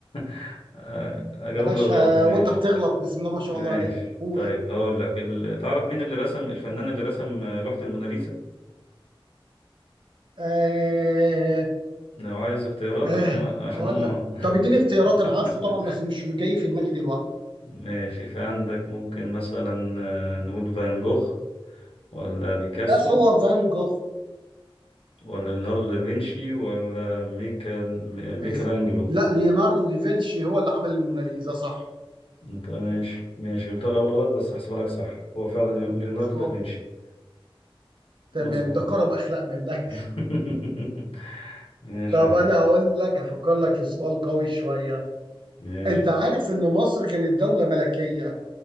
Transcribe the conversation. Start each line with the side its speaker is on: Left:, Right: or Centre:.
Left: <laughs> آه، اجاوب
Right: يا باشا
Left: لك غلط ماشي
Right: وانت بتغلط بسم الله ما شاء
Left: ماشي
Right: الله عليك قول
Left: طيب هقول لك ال... تعرف مين اللي رسم الفنان اللي رسم آه، لوحة الموناليزا
Right: آه
Left: لو عايز اختيارات
Right: آه
Left: عشان عشان
Right: هقول
Left: هم
Right: لك طب اديني اختيارات
Left: <laughs>
Right: انا عارفه طبعا بس مش جاي في دماغي دلوقتي
Left: ماشي في عندك ممكن مثلا آه، نقول فان جوخ ولا بيكاسو
Right: بس هو فان جوخ
Left: ولا ليوناردو دافنشي ولا ميكال م- ميكل
Right: بس
Left: أنجلو
Right: لا ليوناردو دافنشي هو اللي عمل الموناليزا صح
Left: انت ماشي ماشي قلت الأول غلط بس هحسبها لك صح هو فعلا ليوناردو
Right: خب
Left: دافنشي مظبوط
Right: تمام ده كرم اخلاق منك
Left: <laughs> ماشي
Right: طب
Left: يا حاج
Right: انا هقول لك افكر لك في سؤال قوي شويه
Left: ماشي
Right: انت عارف ان مصر كانت دولة ملكية